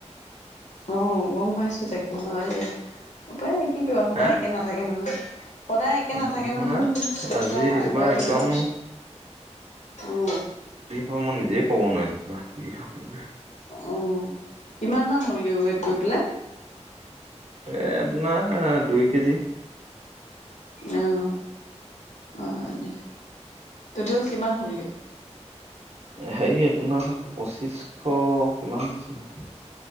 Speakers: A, on the left (about 80°); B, on the right (about 65°).
A: অ', গম পাইছো তাকে হয় দিয়া উপায় নাই কি কৰিবা সদায়
B: হা?
A: একে নাথাকে নহয়। সদায় একে
B: অ',
A: নাথাকে নহয় কেতিয়াবা
B: আজি এইবাৰ
A: আগুৱাই কেতিয়াবা
B: একদম
A: কৈছো উ।
B: অ', মই নিজে ক'ব নোৱাৰিলো।
A: অ', কিমান মান হ'লগৈ ওৱেট গৈ পেলাই?
B: এ--আপোনাৰ দুই কেজি।
A: অ-অ। অ দে। তোল কিমান হ'লগে?
B: হেৰি আপোনাৰ পঁচিশশ কিমান হৈছিলে।